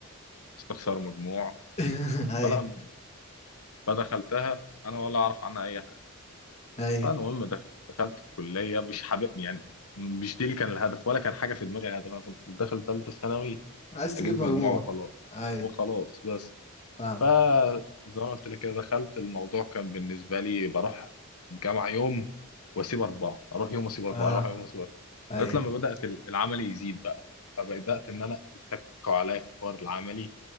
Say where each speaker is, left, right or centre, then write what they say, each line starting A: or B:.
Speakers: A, on the left; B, on the left.
A: استخسار مجموع
B: <laughs> ايوه
A: فلما فدخلتها انا ولا اعرف عنها اي حاجه
B: ايوه
A: فالمهم دخ- دخلت الكليه مش حابب يعني مش دي اللي كان الهدف ولا كان حاجه في دماغي هدف انا كنت داخل ثالثه ثانوي
B: عايز
A: اجيب
B: تجيب مجموع
A: مجموع وخلاص
B: ايوه
A: وخلاص بس
B: فاهم
A: فزي ما أنا قلت لك كده دخلت الموضوع كان بالنسبه لي بروح جامعه يوم واسيب اربعه اروح يوم واسيب اربعه
B: اه
A: اروح يوم واسيب اربعه
B: ايوه
A: لغايه لما بدات ال- العمل يزيد بقى فبدات ان انا يتكوا عليا في حوار العملي